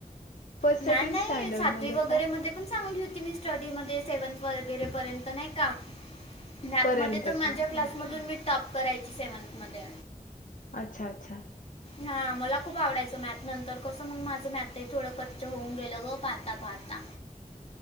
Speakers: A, on the left; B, on the left.
A: फर्स्ट
B: नाही
A: सेकंड
B: नाही
A: स्टँडर्ड
B: सातवी
A: मध्ये
B: वगैरे
A: का
B: मध्ये पण चांगली होती मी. स्टडीमध्ये सेवेंथ वगैरे पर्यंत नाही का? मॅथमध्ये
A: पर्यंत
B: तर माझ्या
A: का
B: क्लासमधून
A: ओके
B: मी टॉप करायची सेव्हन्थमध्ये.
A: अच्छा! अच्छा!
B: हा मला खूप आवडायचं मॅथ नंतर कसं मग माझं मॅथही थोडं क जे होऊन गेल ग पहाता पहाता.